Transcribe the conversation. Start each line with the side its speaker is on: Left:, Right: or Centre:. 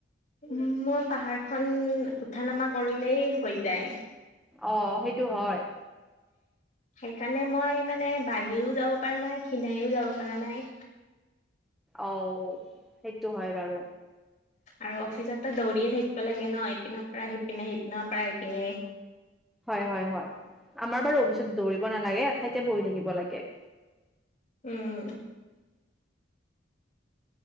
Left: উ মই পাহাৰখন উঠা নামা কৰিলেই হৈ যায়।
Centre: অ সেইটো হয়।
Left: সেইকাৰণে মই মানে বাহিৰও যাব পৰা নাই, খিনাইও যাব পৰা নাই।
Centre: অ সেইটো হয় বাৰু।
Left: আৰু অফিচততো দৌৰিয়ে থাকিব লাগে ন ইপিনৰ পৰা সিপিনে সিপিনৰ পৰা এপিনে
Centre: হয় হয় হয় আমাৰ বাৰু অফিচত দৌৰিব নালাগে এঠাইতে বহি থাকিব লাগে।
Left: উম।